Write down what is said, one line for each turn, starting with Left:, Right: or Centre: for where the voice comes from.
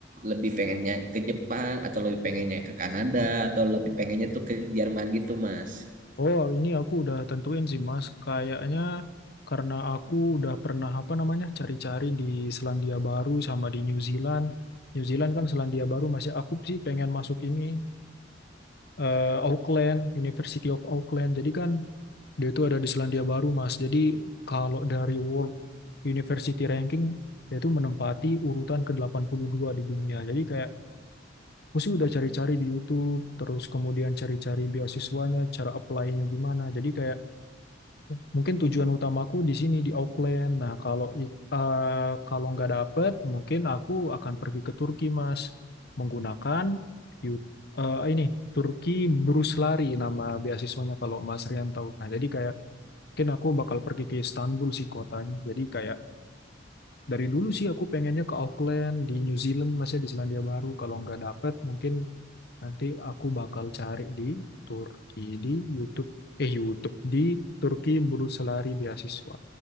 Right: lebih pengennya ke Jepang atau lebih pengennya ke Kanada atau lebih pengennya tuh ke Jerman gitu Mas.
Left: Oh, ini aku udah tentuin sih, Mas. Kayaknya karena aku udah pernah apa namanya cari-cari di Selandia Baru sama di New Zealand. New Zealand kan Selandia Baru masih aku sih pengen masuk ini eh, Auckland, University of Auckland. Jadi kan dia itu ada di Selandia Baru, Mas. Jadi kalau dari World University Ranking dia itu menempati urutan ke delapan puluh dua di dunia. Jadi kayak aku sih udah cari-cari di YouTube, terus kemudian cari-cari beasiswanya, cara apply-nya gimana. Jadi kayak Mungkin tujuan utamaku di sini di Auckland. Nah, kalau i- eh, kalau nggak dapet, mungkin aku akan pergi ke Turki, Mas, menggunakan yu- eh, ini Turki Brus Lari nama beasiswanya kalau Mas Rian tahu. Nah, jadi kayak mungkin aku bakal pergi ke Istanbul sih kotanya. Jadi kayak dari dulu sih aku pengennya ke Auckland di New Zealand, masih di Selandia Baru. Kalau nggak dapet, mungkin nanti aku bakal cari di Turki di YouTube. Eh, YouTube di Turki Brus Lari beasiswa.